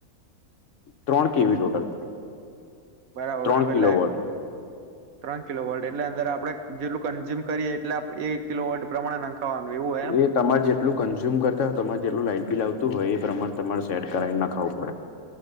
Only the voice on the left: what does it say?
ત્રણ કેવી ટોટલ
ત્રણ કિલો
વોટ
એ તમારે જેટલું કન્ઝ્યુમ કરતા હોય તમારે જેટલું લાઈટ બિલ આવતું હોય એ પ્રમાણે તમારે સેટ કરાવીને નાખાવું પડે